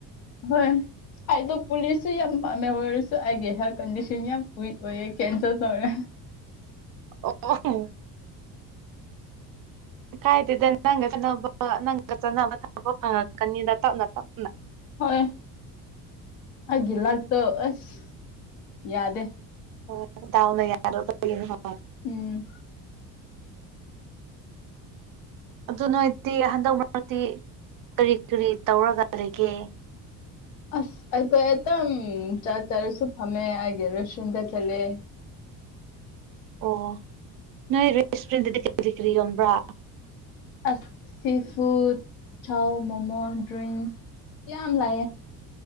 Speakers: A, on the left; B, on the right.
A: <unintelligible> ꯑꯩꯗꯣ ꯄꯨꯂꯤꯁꯁꯨ ꯌꯥꯝ ꯄꯥꯝꯃꯦ ꯑꯣꯏꯔꯁꯨ ꯑꯩꯒꯤ ꯍꯦꯜ ꯀꯟꯗꯤꯁꯟ ꯌꯥꯝ ꯋꯤꯛ ꯑꯣꯏꯌꯦ ꯀꯦꯟꯁꯦꯜ ꯇꯧꯔꯦ
B: <unintelligible> ꯀꯥꯏꯗꯦꯗ ꯅꯪꯒ ꯈꯠꯅꯕ ꯅꯪꯒ ꯆꯠꯅꯕ ꯊꯥꯕ ꯐꯪꯉꯛꯀꯅꯤꯗ ꯇꯞꯅ ꯇꯞꯅ
A: ꯍꯣꯏ ꯑꯩꯒꯤ ꯂꯛꯇꯣ ꯑꯁ ꯌꯥꯗꯦ
B: ꯍ ꯊꯗꯥꯎꯅ ꯌꯥꯔꯅ ꯍ
A: ꯎꯝ
B: ꯑꯗꯨ ꯅꯣꯏꯗꯤ ꯍꯟꯗꯛ ꯃꯔꯤ ꯀꯔꯤ ꯀꯔꯤ ꯇꯧꯔꯒ ꯂꯩꯒꯦ
A: ꯑꯁ ꯑꯩꯗꯣ ꯑꯦꯛꯇꯝ ꯆꯥ ꯆꯥꯔꯨꯁꯨ ꯐꯝꯃꯦ ꯑꯩ ꯒ꯭ꯔꯦꯖꯨꯑꯦꯁꯟꯗ ꯆꯠꯂꯦ
B: ꯑꯣ ꯅꯣꯏ ꯔꯦꯁꯇꯨꯔꯦꯟꯗꯗꯤ ꯀꯔꯤ ꯀꯔꯤ ꯀꯔꯤ ꯌꯣꯟꯕ꯭ꯔꯥ
A: ꯑꯁ ꯁꯤ ꯐꯨꯗ ꯊꯥꯎ ꯃꯣꯃꯣ ꯗ꯭ꯔꯤꯡꯁ ꯌꯥꯝ ꯂꯥꯛꯑꯦ